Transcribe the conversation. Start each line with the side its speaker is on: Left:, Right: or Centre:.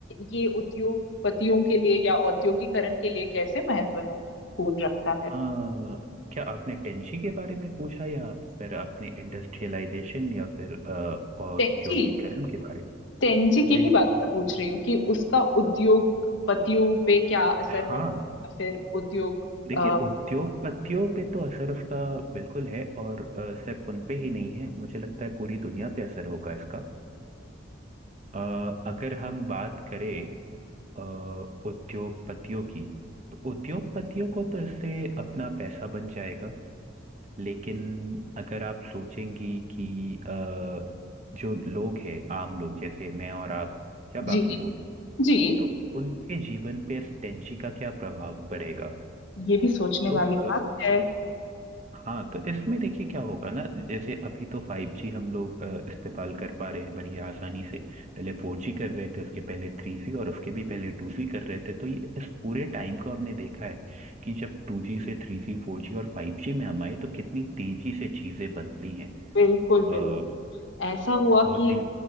Left: ये उद्योगपतियों के लिए या औद्योगिकरण के लिए कैसे महत्व है पूर्ण रखता है
Right: अ, क्या आपने टेंजी के बारे में पूछा या आप फिर आपने इंडस्ट्रियलाइजेशन या फिर अ, औद्योगिकरण
Left: टेक
Right: के बारे में
Left: तेनजी के
Right: टेंजी
Left: ही बारे में पूछ रही हूँ कि उसका उद्योगपतियों पे क्या असर
Right: हाँ
Left: पड़ रहा है फिर उद्योग
Right: देखिए
Left: अ,
Right: उद्योगपतियों पे तो असर उसका बिल्कुल है और अ, सिर्फ उन पे ही नहीं है मुझे लगता है पूरी दुनिया पे असर होगा इसका अ, अगर हम बात करें अ, उद्योगपतियों की तो उद्योगपतियों को तो इससे अपना पैसा बन जाएगा लेकिन अगर आप सोचेंगी कि अ, जो लोग हैं आम लोग जैसे मैं और आप या
Left: जी
Right: बाकी लोग
Left: जी
Right: तो उनके जीवन पे इस टेंशी का क्या प्रभाव पड़ेगा
Left: ये भी सोचने
Right: तो
Left: वाली
Right: अ,
Left: बात है
Right: हाँ तो इसमें देखिए क्या होगा ना जैसे अभी तो फाइव जी हम लोग अ, इस्तेमाल कर पा रहे हैं बड़ी आसानी से पहले फोर जी कर रहे थे उसके पहले थ्री जी और उसके भी पहले टू जी कर रहे थे तो ये इस पूरे टाइम को हमने देखा है कि जब टू जी से थ्री जी फोर जी और फाइव जी में हम आए तो कितनी तेजी से चीजें बदली हैं
Left: बिल्कुल बिल्कुल
Right: अ,
Left: ऐसा हुआ
Right: बहुत
Left: कि
Right: ही